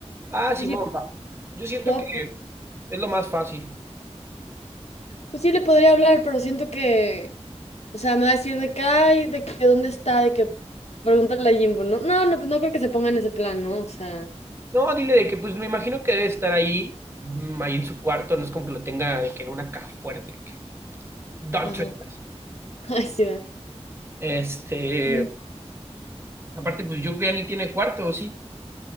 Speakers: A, on the right; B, on the left.
A: Ah, sí,
B: Pues sí,
A: mamá. Yo siento
B: puedo.
A: que es lo más fácil.
B: Pues sí le podría hablar, pero siento que, o sea, me va a decir de que, ay, de que dónde está, de que pregúntale a Jimbo, ¿no? No, no, pues no creo que se ponga en ese plan, ¿no? O sea,
A: No, dile de que, pues me imagino que debe estar ahí, mm, ahí en su cuarto, no es como que lo tenga de que en una caja fuerte, de que, Don
B: ajá. <laughs>
A: Chueco, así.
B: Ay, sí, va.
A: Este,
B: Mm.
A: aparte, pues yo creo ya ni tiene cuarto, ¿o sí?